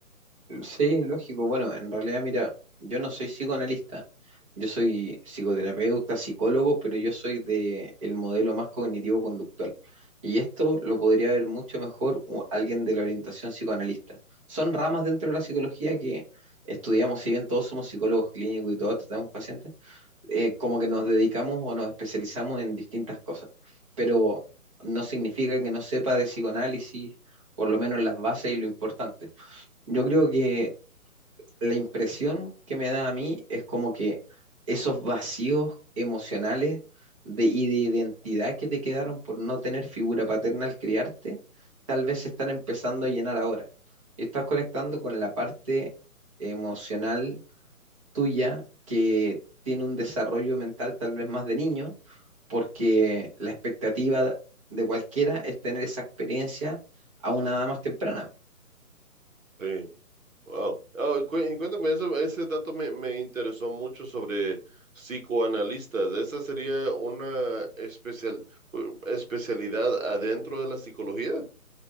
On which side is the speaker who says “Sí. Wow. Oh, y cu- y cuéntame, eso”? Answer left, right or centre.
Right